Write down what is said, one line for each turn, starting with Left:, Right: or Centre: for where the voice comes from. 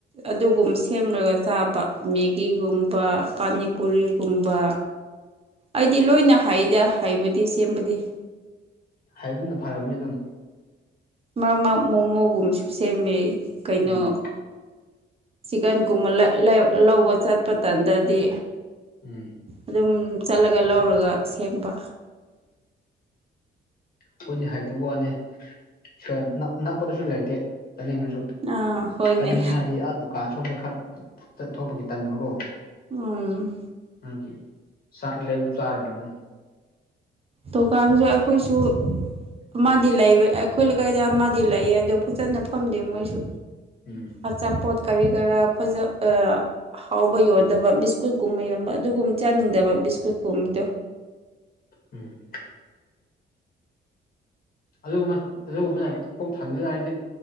Right: ꯑꯗꯨꯒꯨꯝ ꯁꯦꯝꯔꯒ ꯆꯥꯕ ꯃꯦꯒꯤꯒꯨꯝꯕ ꯄꯅꯤꯄꯔꯤꯒꯨꯝꯕ ꯑꯩꯗꯤ ꯂꯣꯏꯅ ꯍꯥꯏꯗ ꯍꯩꯕꯗꯤ ꯁꯦꯝꯕꯗꯤ
Left: ꯍꯥꯏꯗꯨꯅ ꯐꯔꯕꯅꯤꯗ
Right: ꯃꯔꯛ ꯃꯔꯛꯃꯣꯃꯣꯒꯨꯝꯕꯁꯨ ꯁꯦꯝꯃꯦ ꯀꯩꯅꯣ
Left: ꯎꯝ
Right: ꯆꯤꯛꯀꯟꯒꯨꯝꯕ ꯂꯩ ꯂꯧꯕ ꯆꯠꯄ ꯇꯥꯟꯗ꯭ꯔꯗꯤ
Left: ꯎꯝ
Right: ꯑꯗꯨꯝ ꯆꯠꯂꯒ ꯂꯧꯔꯒ ꯁꯦꯝꯕ
Left: ꯑꯩꯈꯣꯏꯗꯤ ꯍꯥꯏꯇꯕ ꯋꯥꯅꯦ ꯁ ꯅꯛꯄꯗꯁꯨ ꯂꯩꯇꯦ ꯆꯥꯅꯤꯡꯉꯁꯨ
Right: ꯑꯥ ꯍꯣꯏꯅꯦ
Left: ꯆꯥꯅꯤꯡꯉꯦ ꯍꯥꯏꯔꯗꯤ ꯑꯥ ꯀꯥꯟ ꯁꯣꯝꯗ ꯈꯔ ꯆꯠꯊꯣꯛꯄꯒꯤ ꯇꯟꯃꯀꯣ
Right: ꯎꯝ
Left: ꯅꯒꯤ ꯆꯥꯛ ꯂꯩꯦꯝꯕ ꯆꯥꯔꯕꯅꯤꯅ
Right: ꯇ ꯀꯥꯟꯖ ꯑꯩꯈꯣꯏꯁꯨ ꯑꯃꯗꯤ ꯂꯩꯕ ꯑꯩꯈꯣꯏ ꯂꯩꯀꯥꯏꯗ ꯑꯃꯗꯤ ꯂꯩꯌꯦ ꯑꯗꯣ ꯐꯖꯅ ꯐꯝꯗꯦ ꯃꯣꯏꯁꯨ
Left: ꯎꯝ
Right: ꯑꯆꯥꯄꯣꯠ ꯀꯔꯤ ꯀꯔꯥ ꯐꯖ ꯍꯥꯎꯕ ꯌꯣꯟꯗꯕ ꯕꯤꯁꯀꯨꯠꯀꯨꯝꯕ ꯌꯣꯟꯕ ꯑꯗꯨꯒꯨꯝ ꯆꯥꯅꯤꯡꯗꯕ ꯕꯤꯁꯀꯨꯠꯀꯨꯝꯕꯗꯣ
Left: ꯎꯝ ꯑꯗꯨꯃꯛ ꯑꯗꯨ ꯄꯨꯛꯛ ꯊꯝꯅꯤ ꯍꯥꯏꯗꯤ